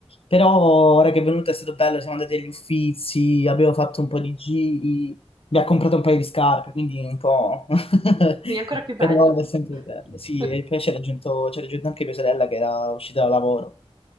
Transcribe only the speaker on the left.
Però ora che è venuta è stato bello, siamo andati agli Uffizi, abbiamo fatto un po' di giri, mi ha comprato un paio di scarpe, quindi un po'... <laughs>
Però è sempre
bello, sì, e poi ci ha raggiunto, ci ha raggiunto anche mia sorella che era uscita da lavoro,